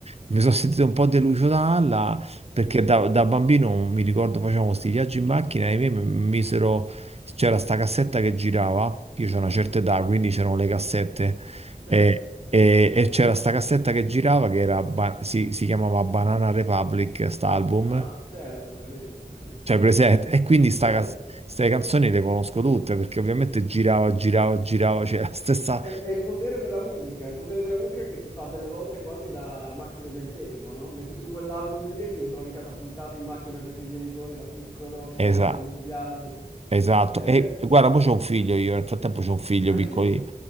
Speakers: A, on the right; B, on the left.
A: Mi sono sentito un po' deluso da Anna perché
B: Mhm,
A: da, da bambino mi ricordo facevamo questi viaggi in macchina e i miei mi misero, c'era sta cassetta che girava, io c'ho una certa
B: mhm,
A: età, quindi c'erano le cassette
B: Certo.
A: e, e- e c'era sta cassetta che girava che era ba- si, si chiamava Banana Republic, sta album,
B: Ah, certo, presente. <laughs>
A: cioè presente, e quindi sta,
B: Certo.
A: cas- ste canzoni le conosco tutte perché ovviamente girava, girava, girava, c'era la stessa...
B: È, è il potere della musica, è il potere della musica che ti fa delle volte quasi da macchina del tempo, no? Metti su quell'album lì e ti ritrovi catapultato in macchina con i tuoi genitori da piccolo, che stai
A: Esatto.
B: facendo un viaggio.
A: Esatto,
B: Eh,
A: e e guarda, mo c'ho un figlio io, nel frattempo c'ho un figlio
B: anch'io.
A: piccoli,